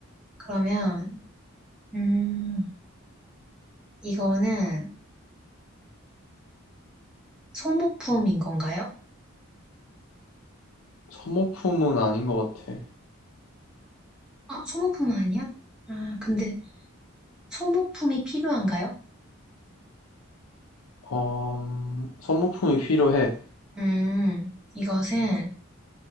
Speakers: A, in the centre; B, on the left (about 80°).
A: 그러면 음, 이거는 소모품인 건가요?
B: 소모품은 아닌 것 같아.
A: 아, 소모품은 아니야? 아, 근데 소모품이 필요한가요?
B: 어, 소모품이 필요해.
A: 음, 이것은